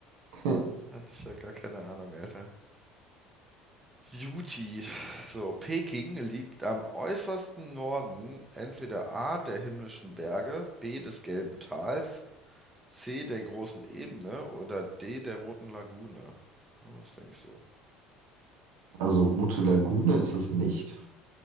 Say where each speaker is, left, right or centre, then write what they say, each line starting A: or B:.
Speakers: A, on the right; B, on the right.
A: <laughs>
B: ich ja gar keine Ahnung, Alter. Juti. So, Peking liegt am äußersten Norden entweder A der himmlischen Berge, B des Gelben Tals, C der großen Ebene oder D der Roten Lagune. Na, Was denkst du?
A: Also Rote Lagune ist es nicht.